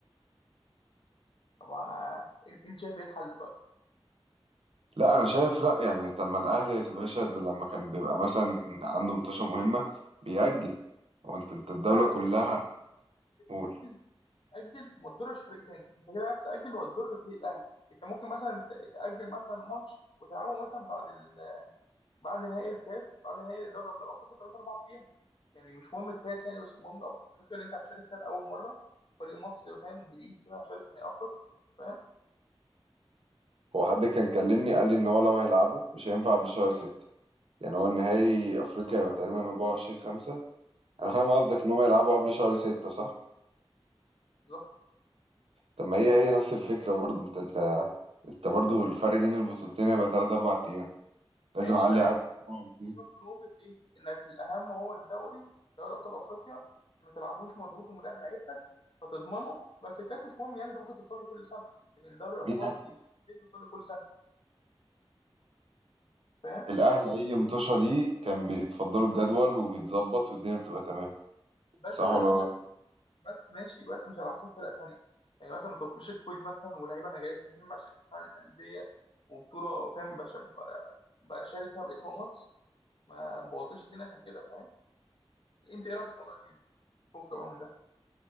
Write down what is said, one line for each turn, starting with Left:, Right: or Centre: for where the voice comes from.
Left: طب آه، انت شايف ايه الحل طيب؟
Right: لا انا شايف لا يعني طب ما الاهلي يا باشا ده لما كان بيبقى مثلا عنده مطوشة مهمة بيأجل وانت انت الدولة
Left: لا
Right: كلها
Left: بص
Right: قول
Left: اجل وما تضرش فريق تاني انت كده عايز تاجل وهتضر فريق الاهلي انت ممكن مثلا ت- تاجل مثلا ماتش وتلعبه مثلا بعد ال... بعد نهائي الكاس بعد نهائي دوري ابطال افريقيا 3 4 ايام يعني مش مهم الكاس يعني بس المهم أف- افريقيا اللي انت هتشارك فيها لاول مره فريق مصري فاهم جديد كده هشارك في نهائي افريقيا فاهم
Right: هو حد كان كلمني قال لي ان هو لو هيلعبه مش هينفع قبل شهر ستة يعني هو النهائي افريقيا هيبقى تقريبا 24 5
Left: اه
Right: انا فاهم قصدك ان هم يلعبوا قبل شهر ستة صح
Left: بالظبط
Right: طب ما هي هي نفس الفكرة برضه انت انت انت برضه الفرق بين البطولتين هيبقى 3 4 ايام لازم
Left: ماشي
Right: اعلي
Left: ما
Right: على أسبوع أو
Left: بكلمك
Right: اتنين.
Left: في نقطة إيه؟ إنك الأهم هو الدوري، دوري أبطال أفريقيا، أنت ما تلعبوش مضغوط ومريح لعيبتك فتضمنه، بس الكاس مش مهم يعني أنت ممكن توصل له كل سنة، لكن دوري الأبطال
Right: مين قال كده
Left: أنت مستحيل توصل له كل سنة، فاهم؟
Right: الاهلي اي مطوشة ليه كان بيتفضلوا الجدول وبيتظبط والدنيا بتبقى تمام
Left: بس
Right: صح
Left: بس
Right: ولا غلط؟
Left: بس ماشي بس مش على حساب فرق تانية، يعني مثلا ما تاكلش الكويت مثلا ولاعيبة أنا جايبهم مهم عشان كأس العالم للأندية وبطولة فاهم بش- ب- بشارك فيها باسم مصر، ما بوظش الدنيا عشان كده فاهم؟ أنت إيه رأيك في الموضوع ده؟ فكك بقى من ده،